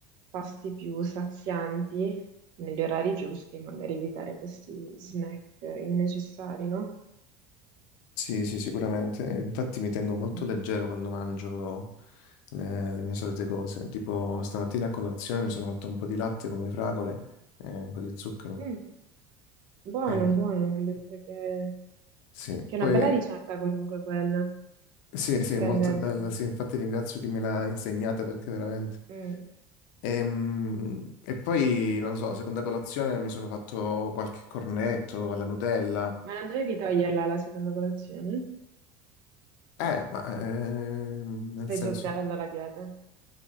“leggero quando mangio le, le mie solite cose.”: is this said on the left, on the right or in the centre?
Left